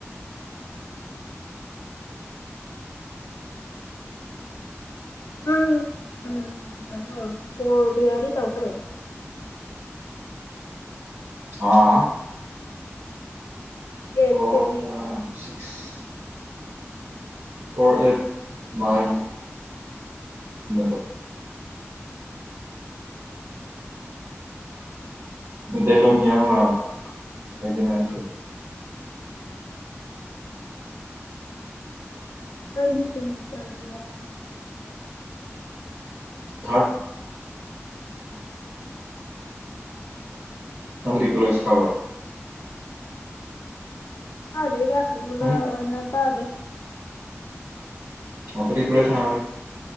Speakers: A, on the left; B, on the right.
A: ꯎꯝ ꯎꯝ ꯀꯥꯅꯣ ꯀꯥꯔꯗꯤ ꯇꯧꯈ꯭ꯔꯦ
B: ꯑꯥ
A: <unintelligible>
B: ꯀꯣꯔ ꯀꯌꯥ six
A: um
B: four eight nine <unintelligible> Meiteilon ꯌꯥꯝꯅ ꯍꯩꯕꯅꯦ ꯑꯩꯁꯦ
A: <unintelligible>
B: ꯊꯥꯛ
A: ꯎꯝ
B: ꯅꯪꯗꯤ ꯀꯣꯜꯂꯦꯁ ꯀꯥꯕ꯭ꯔ
A: ꯀꯥꯗꯦꯗ ꯔꯤꯒꯨꯂ꯭ꯔ
B: ꯎꯝ
A: ꯑꯣꯏꯅ ꯀꯥꯗꯦ
B: ꯑꯗꯨꯗꯤ ꯂꯣꯏꯅ